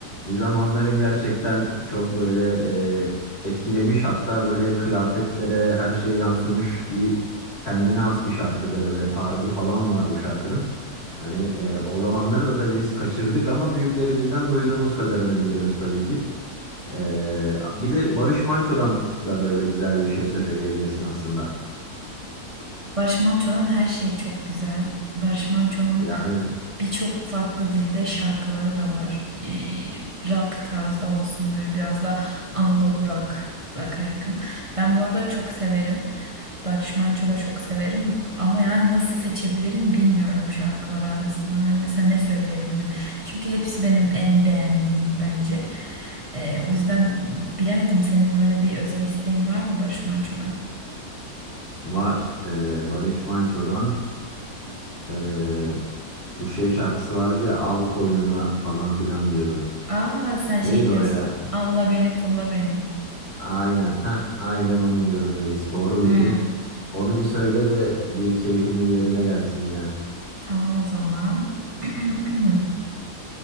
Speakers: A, on the left; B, on the right.
A: bir zamanların gerçekten çok böyle e, etkilemiş. Hatta böyle kıyafetlere her şeye yansımış bir kendine has bir şarkıdır. Böyle tarzı falan var bu şarkının. Hani e, o zamanları da tabii biz kaçırdık ama büyüklerimizden duyduğumuz kadarını biliyoruz tabii ki. E, bir de Barış Manço'dan da böyle güzel bir şey söyleyebilirsin aslında.
B: Barış Manço'nun her şeyi çok güzel. Barış Manço'nun
A: Yani
B: birçok farklı dilde şarkıları da var. Ee, rock tarzda olsun böyle biraz da Anadolu rock, rock'a yakın. Ben bu arada çok severim. Barış Manço da çok severim ama yani nasıl seçebilirim bilmiyorum şarkıları arasından. Yani mesela ne söyleyebilirim? Çünkü hepsi benim en beğendiğim bence. Ee, o yüzden bilemedim senin böyle bir özel isteğin var mı Barış Manço'dan?
A: var. E, Barış Manço'dan. Ee, bu şey şarkısı vardı ya al koynuna falan filan diyordu.
B: Aa sen şey
A: Neydi
B: diyorsun.
A: o ya?
B: Alla beni pulla beni.
A: Aynen. ha aynen onu diyorum reis. Doğru bildin.
B: Hmm,
A: Onu bir söyle de bir keyfimiz yerine gelsin ya.
B: Tamam o zaman. <clears throat>